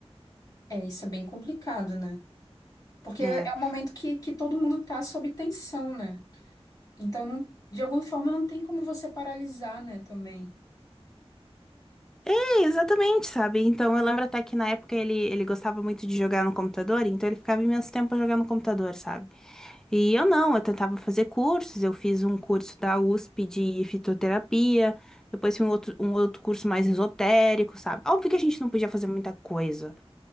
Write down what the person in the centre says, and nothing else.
né?
É, exatamente, sabe? Então eu lembro até que na época ele, ele gostava muito de jogar no computador, então ele ficava imenso tempo jogando no computador, sabe? E eu não, eu tentava fazer cursos, eu fiz um curso da USP de fitoterapia, depois fiz um outro, um outro curso mais esotérico, sabe? Óbvio que a gente não podia fazer muita coisa,